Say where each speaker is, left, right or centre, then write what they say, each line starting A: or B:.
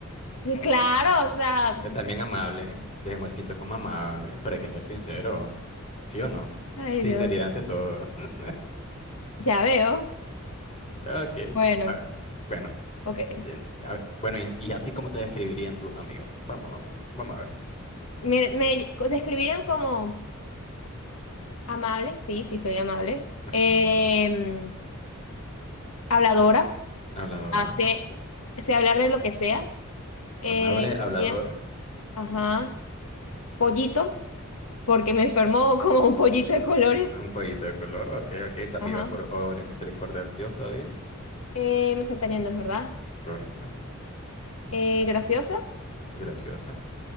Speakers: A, on the left; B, on the left.
A: claro, o sea...
B: Eh, También amable. Dejemos el quinto como amable, pero hay que ser sincero. ¿Sí o no?
A: Ay,
B: Sinceridad
A: Dios,
B: ante todo. <laughs>
A: ya veo.
B: Ok.
A: Bueno,
B: A ver, Bueno,
A: ok.
B: bien, a ver, bueno, y, y a ti cómo te describirían tu amigo? Vamos, vamos, vamos a ver.
A: Me, me describirían como... Amable, sí, sí soy amable.
B: Ajá,
A: Em, habladora,
B: Habladora.
A: hace, sé hablar de lo que sea. Eh,
B: Amable, habladora.
A: mira, ajá, pollito, porque me enfermó <laughs> como un pollito de colores.
B: Un poquito de color. Ok, ok. Estás
A: Ajá.
B: viva por obra y misericordia del Dios todavía.
A: Eh, me faltarían dos, ¿verdad?
B: Correcto.
A: Eh, graciosa
B: Graciosa.